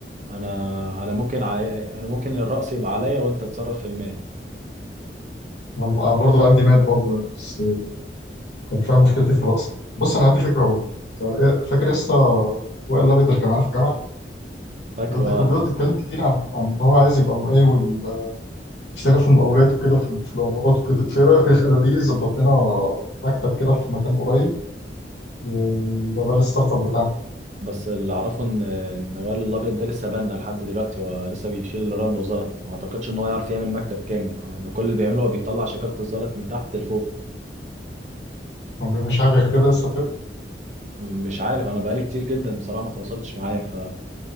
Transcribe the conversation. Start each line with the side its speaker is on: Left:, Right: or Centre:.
Right: انا انا ممكن عي... انا ممكن الرأس يبقى عليا وانت تتصرف في المال
Left: انا برضه عندي مال برضه بس كان فعلا مشكلتي في الرأس بص انا عندي فكرة برضه انت ايه- فاكر لسه وائل الابيض اللي كان معانا في الجامعة
Right: فاكره
Left: الواد ده كان
Right: اه
Left: بيقعد يتكلم كتير عن عن ان هو عايز يبقى مقاول ويبقى بيشتغل في المقاولات وكده وفي في العمارات وكده فايه رايك نخليه يظبط لنا مكتب كده في مكان قريب ي- يبقى ده الستارت اب بتاعنا
Right: بس اللي اعرفه ان ان وائل الابيض ده لسه بنا لحد دلوقتي هو لسه بيشيل الرمل والزلط ما اعتقدش ان هو يعرف يعمل مكتب كامل يعني كل اللي بيعمله هو بيطلع شكاره الزلط من تحت لفوق
Left: هو مش حاجه غير كده لسه بجد
Right: مش عارف انا بقالي كتير جدا بصراحه ما تواصلتش معاه ف